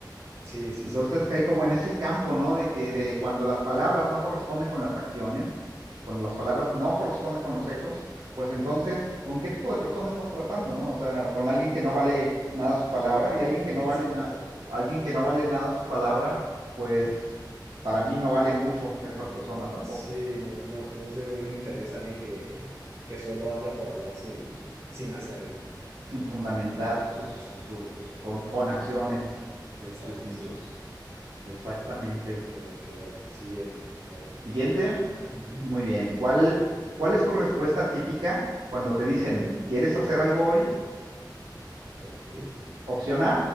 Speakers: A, on the right (about 35°); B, on the right (about 80°).
A: Sí, sí,
B: Entonces
A: sí,
B: caí como en ese campo, ¿no? De que eh, cuando las palabras no corresponden con las acciones, cuando las palabras no corresponden con los hechos, pues entonces, ¿con qué tipo de persona estás tratando, no? O sea, con alguien que no vale nada su palabra y alguien que no
A: exacto.
B: vale na- alguien que no vale nada su palabra, pues para mí no vale mucho esa persona tampoco,
A: Sí, no, no, no es de un interés alguien que, que solo habla por hablar sin, sin hacerlo.
B: sin fundamentar sus,
A: Exacto,
B: sus- con, con acciones
A: exacto,
B: sus dichos.
A: sí.
B: Exactamente.
A: Ok, ok, bueno, siguiente, a ver.
B: Siguiente.
A: Ujú,
B: Muy bien. ¿Cuál, cuál es tu respuesta típica cuando te dicen, ¿quieres hacer algo hoy?
A: Ok,
B: Opción A,